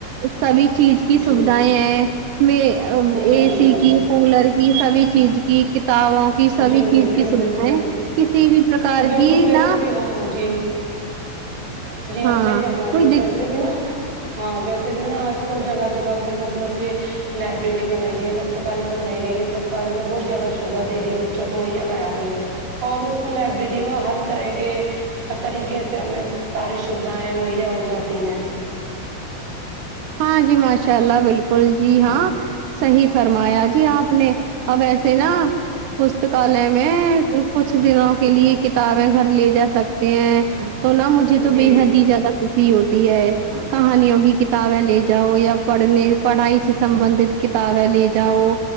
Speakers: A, on the right (about 75°); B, on the right (about 55°).
A: سبھی چیز کی سویدائیں
B: جی
A: ہیں میں
B: جی
A: اے
B: جی
A: سی کی
B: جی
A: کولر کی سبی چیز کی کتابوں کی سبھی
B: جی
A: چیز
B: بالکل
A: کی سودھاے
B: بالکل
A: کسی بھی پرکار
B: بالکل
A: کی
B: ویسے
A: نا
B: بھی ہاں جی جی
A: ہاں
B: آپ صحیح فرما
A: کوئی
B: رہے ہو
A: دق
B: ویسے بھی نا ہاں ویسے بھی نا آج کل جگہ جگہ پر مطلب کہ لائبریری بنائی گئی ہے پستکال بنای گیی ہےسرکار میں بہت جیادہ سویدھاے رہی ہے بچوں کو مہیا کرا رہی ہے اور اس میں لائبریری میں ہر طرح کے ہر طریقے سے ہمیں ساری سویدھائیں مہیا ہو جاتی ہیں
A: ہاں جی ماشاء اللہ بالکل جی ہاں صحیح فرمایا جی آپ نے اب ایسے نا پستکالے میں کچھ دنوں کے لیے کتابیں گھر لے جا سکتے ہیں تو نہا مجھے تو
B: جی
A: بے حد ہی زیادہ خوشی ہوتی ہے کہانیوں کی کی کتابیں لے جاؤ یا پڑھنے پڑھائی سے سبندت کتابیں لے جاؤ